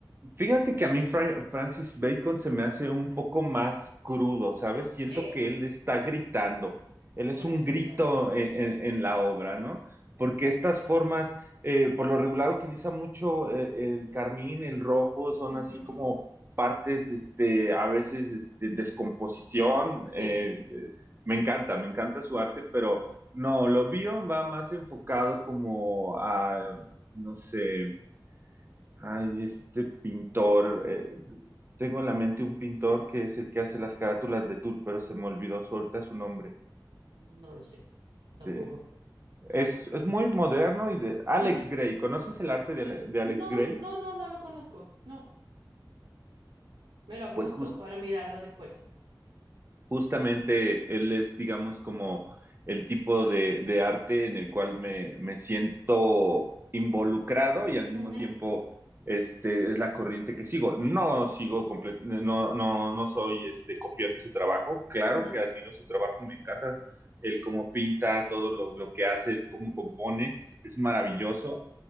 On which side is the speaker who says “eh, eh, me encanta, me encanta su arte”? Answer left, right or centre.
Right